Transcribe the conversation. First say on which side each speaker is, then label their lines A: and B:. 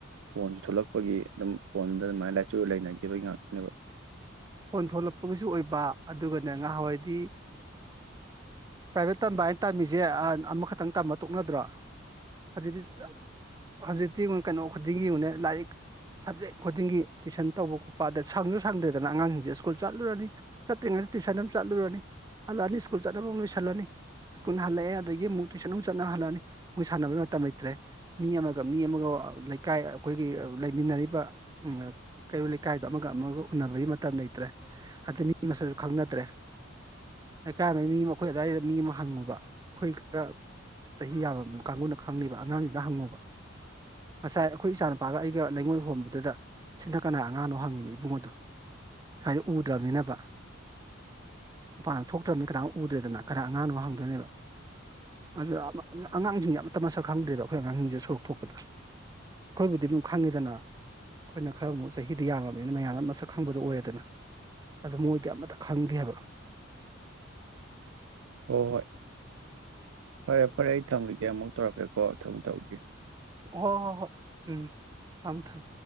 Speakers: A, on the right; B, on the right.
A: ꯐꯣꯟꯁꯨ ꯊꯣꯛꯂꯛꯄꯒꯤ ꯑꯗꯨꯝ ꯐꯣꯟꯗ ꯑꯗꯨꯃꯥꯏꯅ ꯂꯥꯏꯆꯨ ꯂꯩꯅꯈꯤꯕꯒꯤ ꯉꯥꯛꯇꯅꯦꯕ
B: ꯐꯣꯟ ꯊꯣꯛꯂꯛꯄꯒꯤꯁꯨ ꯑꯣꯏꯕ ꯑꯗꯨꯒꯅꯦ ꯉꯥꯏꯍꯥꯟꯋꯥꯏꯗꯤ ꯄ꯭ꯔꯥꯏꯚꯦꯠ ꯇꯝꯕ ꯍꯥꯏꯅ ꯇꯝꯃꯤꯁꯦ ꯑꯃꯈꯛꯇꯪ ꯇꯝꯕ ꯇꯣꯛꯅꯗ꯭ꯔꯣ ꯍꯧꯖꯤꯛꯇꯤ ꯍꯧꯖꯤꯛꯇꯤ ꯀꯩꯅꯣ ꯈꯨꯗꯤꯡꯒꯤꯅꯦ ꯂꯥꯏꯔꯤꯛ ꯁꯕꯖꯦꯛ ꯈꯨꯗꯤꯡꯒꯤ ꯇꯨꯏꯁꯟ ꯇꯧꯕ ꯈꯣꯠꯄ ꯑꯗ ꯁꯪꯁꯨ ꯁꯪꯗ꯭ꯔꯦꯗꯅ ꯑꯗꯨꯗ ꯑꯉꯥꯡꯁꯤꯡꯁꯦ ꯁ꯭ꯀꯨꯜ ꯆꯠꯂꯨꯔꯅꯤ ꯆꯠꯇ꯭ꯔꯤꯉꯩꯗ ꯇꯨꯏꯁꯟ ꯑꯃ ꯆꯠꯂꯨꯔꯅꯤ ꯍꯜꯂꯛꯑꯅꯤ ꯁ꯭ꯀꯨꯜ ꯆꯠꯅꯕ ꯑꯃꯛ ꯂꯣꯏꯁꯜꯂꯅꯤ ꯁ꯭ꯀꯨꯜ ꯍꯜꯂꯛꯑꯦ ꯑꯗꯒꯤ ꯑꯃꯨꯛ ꯇꯨꯏꯁꯟ ꯑꯃꯨ ꯆꯠꯅ ꯍꯜꯂꯛꯑꯅꯤ ꯃꯣꯏ ꯁꯥꯟꯅꯕꯒꯤ ꯃꯇꯝ ꯂꯩꯇ꯭ꯔꯦ ꯃꯤ ꯑꯃꯒ ꯃꯤ ꯑꯃꯒ ꯂꯩꯀꯥꯏ ꯑꯩꯈꯣꯏꯒꯤ ꯂꯩꯃꯤꯟꯅꯔꯤꯕ ꯀꯩꯔꯣꯜ ꯂꯩꯀꯥꯏꯗꯣ ꯑꯃꯒ ꯑꯃꯒ ꯎꯟꯅꯅꯕꯒꯤ ꯇ ꯂꯩꯇ꯭ꯔꯦ ꯑꯗꯩ ꯃꯤ ꯃꯁꯁꯨ ꯈꯪꯅꯗ꯭ꯔꯦ ꯂꯩꯀꯥꯏꯕ ꯃꯤ ꯑꯃ ꯃꯈꯣꯏ ꯑꯋꯥꯏꯗ ꯃꯤ ꯑꯃ ꯍꯪꯉꯨꯕ ꯑꯩꯈꯣꯏ ꯈꯔ ꯆꯍꯤ ꯌꯥꯝꯃ ꯀꯥꯡꯕꯨꯅ ꯈꯪꯉꯕ ꯑꯉꯥꯡꯁꯤꯅ ꯍꯪꯉꯨꯕ ꯉꯁꯥꯏ ꯑꯩꯈꯣꯏ ꯏꯆꯥ ꯅꯨꯨꯄꯥꯒ ꯑꯩꯒ ꯂꯩꯉꯣꯏ ꯍꯣꯟꯕꯗꯨꯗ ꯁꯤꯅ ꯀꯅꯥ ꯑꯉꯥꯡꯅꯣ ꯍꯪꯉꯤꯅꯦ ꯏꯕꯨꯡꯉꯣꯗꯣ ꯍꯥꯏꯏꯗꯤ ꯎꯗ꯭ꯔꯕꯅꯤꯅꯕ ꯃꯄꯥꯟꯗ ꯊꯣꯛꯇ꯭ꯔꯕꯅꯤ ꯀꯅꯥꯨꯛ ꯎꯗ꯭ꯔꯦꯗꯅ ꯀꯅꯥ ꯑꯉꯥꯡꯅꯣ ꯍꯪꯗꯣꯏꯅꯦꯕ ꯑꯗꯨꯗ ꯑꯉꯥꯡꯁꯤꯡꯁꯦ ꯑꯃꯠꯇ ꯃꯁꯛ ꯈꯪꯗ꯭ꯔꯦꯕ ꯑꯩꯈꯣꯏ ꯑꯉꯥꯡꯁꯤꯡꯁꯤꯦ ꯁꯣꯔꯣꯛ ꯊꯣꯛꯄꯗ ꯑꯩꯈꯣꯏꯕꯨꯗꯤ ꯑꯗꯨꯝ ꯈꯪꯉꯤꯗꯅ ꯑꯩꯈꯣꯏꯅ ꯈꯔ ꯑꯃꯨꯛ ꯆꯍꯤꯗ ꯌꯥꯝꯃꯕꯅꯤꯅ ꯃꯌꯥꯝꯗ ꯃꯁꯛ ꯈꯪ ꯈꯪꯕꯗ ꯑꯣꯏꯔꯦꯗꯅ ꯑꯗꯨ ꯃꯣꯏꯗꯤ ꯑꯃꯇ ꯈꯪꯗꯦ ꯍꯥꯏꯕ
A: ꯍꯣ ꯍꯣꯏ ꯐꯔꯦ ꯐꯔꯦ ꯑꯩ ꯊꯝꯃꯒꯦ ꯑꯃꯨꯛ ꯇꯧꯔꯛꯀꯦ ꯍꯣ ꯊꯝ ꯇꯧꯒꯦ
B: ꯍ ꯍꯣꯏ ꯍꯣꯏ ꯎꯝ ꯊꯝ ꯊꯝ